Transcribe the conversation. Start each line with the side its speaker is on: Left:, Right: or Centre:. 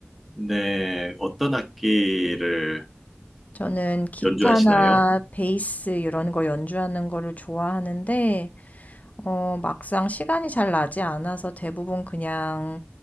Centre: 네, 어떤 악기를
Left: 저는 기타나
Centre: 연주하시나요?
Left: 베이스 이런 거 연주하는 거를 좋아하는데 어, 막상 시간이 잘 나지 않아서 대부분 그냥